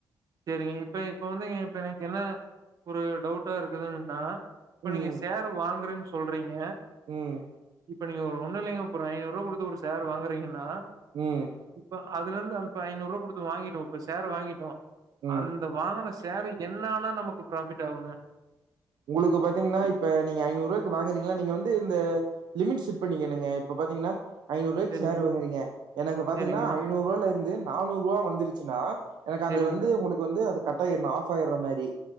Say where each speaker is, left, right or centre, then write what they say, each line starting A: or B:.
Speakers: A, on the right (about 55°); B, on the right (about 85°).
A: சேரிங்க இப்ப இப்ப வந்துங்க இப்ப எனக்கு என்னா ஒரு டவுட்டா இருக்குதுன்னா இப்ப
B: ம்
A: நீங்க ஷேரு வாங்குறன் சொல்றீங்க
B: ம்
A: இப்ப நீங்க ஒண்ணு இல்லைங்க இப்ப ஒரு ஐநூறுவா குடுத்து ஒரு ஷேர் வாங்குறீங்கன்னா
B: ம்
A: இப்ப அதுலெந்து அந் ப ஐநூறுவா குடுத்து வாங்கிட்டோ இப்ப ஷேர் வாங்கிட்டோ
B: ம்
A: அந்த வாங்குன ஷேரு என்ன ஆனா நமக்கு ப்ராஃபிட் ஆகுங்க
B: உங்களுக்கு பாத்தீங்கன்னா இப்ப நீங்க ஐநூறு ரூவாய்க்கு வாங்குறீங்களா நீங்க வந்து இந்த லிமிட் செட் பண்ணிக்கனுங்க இப்ப பாத்தீங்கன்னா ஐநூரூவாய்க்கு
A: சரிங்க,
B: ஷேரு வாங்குறீங்க எனக்கு பாத்தீங்கன்னா
A: சரிங்க,
B: ஐநூறுவால இருந்து நானூரூவா வந்துருச்சுன்னா எனக்கு
A: சரிங்க.
B: அந்த வந்து உங்களுக்கு வந்து அது கட் ஆயிர்னு ஆஃப் ஆயிற மாரி